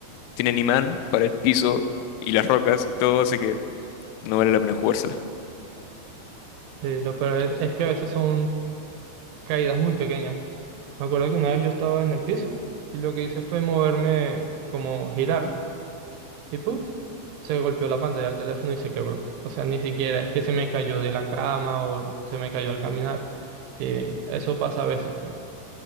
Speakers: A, on the left; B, on the right.
A: tienen imán para el piso y las rocas y todo, así que no vale la pena jugársela.
B: Sí, lo peor es, es que a veces son caídas muy pequeñas. Me acuerdo que una vez yo estaba en el piso y lo que hice fue moverme, como girar, y puff, se golpeó la pantalla del teléfono y se quebró. O sea, ni siquiera es que se me cayó de la cama o se me cayó al caminar. Y eso pasa a veces, pues.